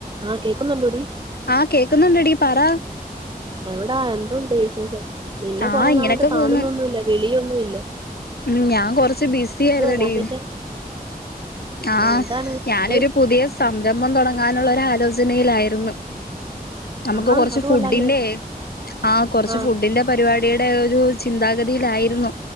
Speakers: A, on the right; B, on the left.
A: ആഹ് കേക്കുന്നുണ്ടോടി
B: ആഹ് കേക്കുന്നുണ്ടടി പറാ
A: എവിടാ എന്തുണ്ട് വിശേഷം നിന്നെ
B: ആഹ്
A: കൊറെ
B: ഇങ്ങനെയൊക്കെ
A: നാളായിട്ട് കാണുന്നൊന്നുല്ല
B: പോന്ന്
A: വിളിയൊന്നും ഇല്ല
B: ഉം ഞാൻ കൊറച്ച് ബിസി ആയിരുന്നടീ
A: താണ്ടിന്റെ
B: ആഹ
A: ആഹ് എന്താണ്
B: ഞാനൊരു
A: എന്തോ
B: പുതിയ സംരംഭം തുടങ്ങാനുള്ള ആലോചനയിലായിരുന്നു നമുക്ക്
A: ആഹാ
B: കുറച്ച്
A: അത്
B: ഫുഡിന്റെറെ
A: കൊള്ളാല്ലോ
B: ആ കുറച്ച്
A: ആഹ്
B: ഫുഡിന്റെ പരിപാടിയുടെ ഒരു ചിന്താഗതിയിലായിരുന്നു.